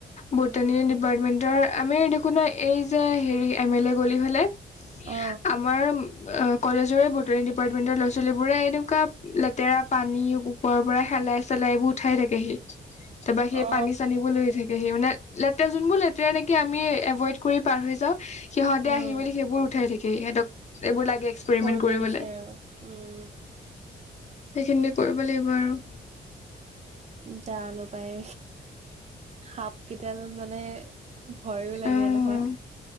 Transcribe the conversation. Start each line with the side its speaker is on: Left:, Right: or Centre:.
Left: বটানী ডিপাৰ্টমেন্টৰ আমি দেখোন নাই এই যে হেৰি এম এল এ গলি ফালে, আপ
Right: অ
Left: আমাৰ কলেজৰে বটানী ডিপাৰ্টমেন্টৰ ল'ৰা-ছোৱালী বোৰে এনেকুৱা লেতেৰা পানী ওপৰৰ পৰা হেলাই চেলাই এইবোৰ উঠাই থাকেহি। তাৰপা সেই
Right: অ
Left: পানী চানী লৈ থাকে থাকেহি মানে লেতেৰা যোনবোৰ লেতেৰা নেকি আমি এভইড কৰি পাৰ হৈ যাও সিহঁতে
Right: উম
Left: আহি মেলি সেইবোৰ উঠাই থাকেহি, সিহঁতক এইবোৰ লাগে, এক্সপেৰিমেন্ট
Right: কৰিব
Left: কৰিবলৈ
Right: দিছে আৰু, উম।
Left: সেইখিনি কৰিব লাগিব আৰু।
Right: জানো পায়, সাপকেইডাল মানে ভয়ো লাগে
Left: অ
Right: নহয়